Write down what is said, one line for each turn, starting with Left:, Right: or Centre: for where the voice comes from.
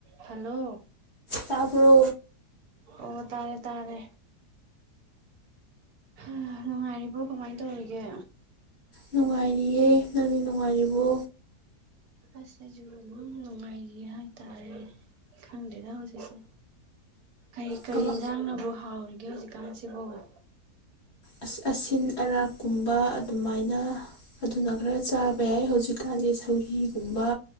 Right: ꯍꯜꯂꯣ
Left: ꯇꯥꯕ꯭ꯔꯣ
Right: ꯑꯣ ꯇꯥꯔꯦ ꯇꯥꯔꯦ ꯍꯍ ꯅꯨꯡꯉꯥꯏꯔꯤꯕꯣ ꯀꯃꯥꯏꯅ ꯇꯧꯔꯤꯒꯦ
Left: ꯅꯨꯡꯉꯥꯏꯔꯤꯌꯦ ꯅꯪꯗꯤ ꯅꯨꯡꯉꯥꯏꯔꯤꯕꯣ
Right: ꯑꯁ ꯑꯩꯖꯨ ꯑꯗꯨꯝ ꯅꯨꯡꯉꯥꯏꯔꯤ ꯍꯥꯏꯇꯥꯔꯦ ꯈꯪꯗꯦꯗ ꯍꯧꯖꯤꯛꯁꯦ ꯀꯔꯤ ꯀꯔꯤ
Left: ꯀꯃ
Right: ꯏꯟꯁꯥꯡꯅꯕꯨ ꯍꯥꯎꯔꯤꯒꯦ ꯍꯧꯖꯤꯛ ꯀꯥꯟꯁꯤꯕꯨꯨ ꯎꯛ
Left: ꯑꯁ ꯑꯁꯤꯟ ꯑꯔꯥꯛꯀꯨꯝꯕ ꯑꯗꯨꯃꯥꯏꯅ ꯑꯗꯨꯅ ꯈꯔ ꯆꯥꯕ ꯌꯥꯏ ꯍꯧꯖꯤꯛꯀꯥꯟꯗꯤ ꯁꯧꯒ꯭ꯔꯤꯒꯨꯝꯕ